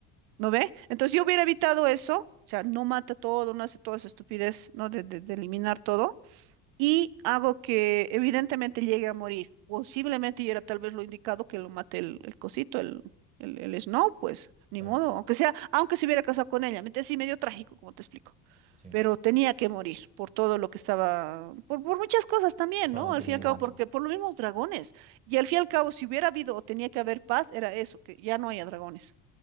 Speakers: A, on the right (about 85°); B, on the right (about 15°).
A: ¿No ve? Entonces yo hubiera evitado eso, o sea, no mata todo, no hace toda esa estupidez, ¿no? De, de- de eliminar todo, y hago que evidentemente llegue a morir. Posiblemente y era tal vez lo indicado que lo mate el, el cosito, el, el, el Snow, pues, ni
B: claro,
A: modo, aunque sea, aunque se hubiera casado con ella, mente sí medio trágico, como te explico,
B: sí.
A: pero tenía que morir por todo lo que estaba, por, por muchas cosas también,
B: No,
A: ¿no? Al
B: tenía
A: fin y al
B: que
A: cabo,
B: morir.
A: porque por los mismos dragones, y al fin y al cabo, si hubiera habido o tenía que haber paz, era eso, que ya no haya dragones,